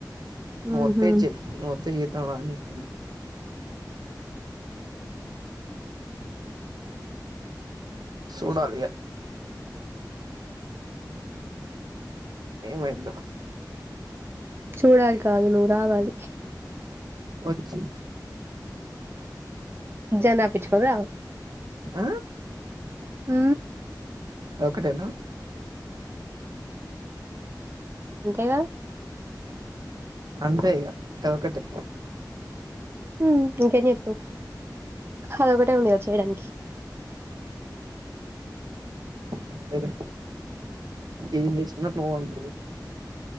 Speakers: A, on the right; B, on the right.
A: నువ్
B: ఉహు
A: వతే చె నువ్ <unintelligible> చెప్ప చూడాల ఇగ ఏమైదో
B: చూడాలి కాదు నువ్వు రావాలి
A: వచ్చి
B: ఎగ్జామ్ రాపిచ్చుకొని
A: ఆ
B: అ
A: అద ఒకటేనా
B: అంతేగా
A: అంతే ఇక ఒకటి
B: ఉ ఇంకేం చేస్తావ్ అదొ ఒకటే ఉంది గా చేయడానికి
A: అంతేలే ఎం చేసిన ని అనరు